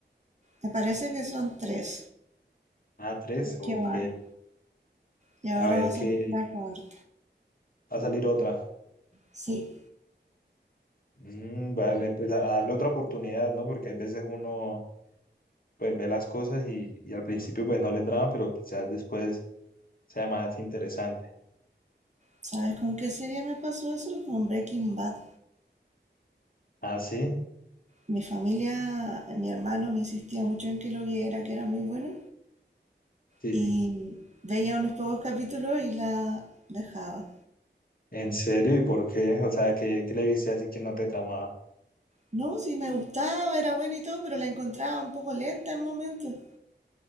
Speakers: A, on the right (about 40°); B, on the left (about 50°).
A: Me parece que son tres
B: Ah, tres,
A: los
B: ok.
A: que van. Y ahora
B: A ver
A: vas
B: qué
A: a la cuarta.
B: va a salir otra.
A: Sí.
B: Mm, vale, pues a a darle otra oportunidad, ¿no? Porque hay veces uno pues ve las cosas y, y al principio pues no le trama, pero quizás después sea más interesante.
A: ¿Sabes con qué serie me pasó eso? Con Breaking Bad.
B: Ah, sí,
A: Mi familia, mi hermano me insistía mucho en que lo viera, que era muy bueno.
B: sí,
A: Y
B: sí.
A: veía unos pocos capítulos y la dejaba.
B: ¿En serio? ¿Y por qué? O sea, ¿qué, qué le viste así que no te tramaba?
A: No, sí me gustaba, era buena y todo, pero la encontraba un poco lenta en momentos.